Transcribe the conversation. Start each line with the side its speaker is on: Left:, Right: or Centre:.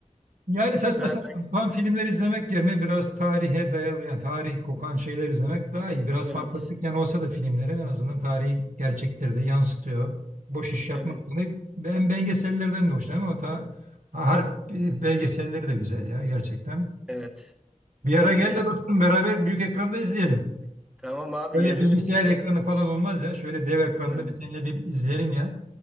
Right: Yani saçma
Centre: Güzel.
Right: sapan filmler izlemek yerine biraz tarihe dayalı yani tarih kokan şeyler izlemek daha iyi. Biraz
Centre: Evet,
Right: fantastik yani olsa da filmlerin en azından tarihi gerçekleri de yansıtıyor. Boş iş yapmak
Centre: evet,
Right: yerine ben belgesellerden de hoşlanıyorum ama ta, harp e, belgeselleri de güzel ya gerçekten.
Centre: evet.
Right: Bir ara gel
Centre: Yani
Right: de dostum beraber büyük ekranda izleyelim.
Centre: tamam abi
Right: Böyle
Centre: gelelim,
Right: bilgisayar
Centre: gelelim.
Right: ekranı falan olmaz ya. Şöyle dev ekranda
Centre: Evet.
Right: bir seninle bir izleyelim ya.